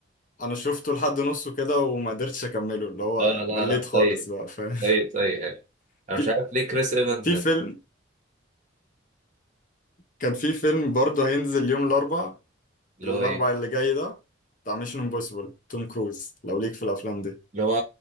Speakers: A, on the left; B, on the right.
A: أنا شفته لحد نصه كده وما قدرتش أكمله اللي هو
B: اه لا
A: مليت
B: لا
A: خالص
B: سيء
A: بقى فاهم
B: سيء سيء يعني
A: <laughs>
B: انا
A: في...
B: مش عارف ليه كريس ايفنز
A: في
B: ده،
A: فيلم كان في فيلم برضه هينزل يوم الأربع
B: اللي
A: الأربع
B: هو ايه
A: اللي جاي ده بتاع ميشن امبوسيبل توم كروز لو ليك في الأفلام دي
B: اللي هو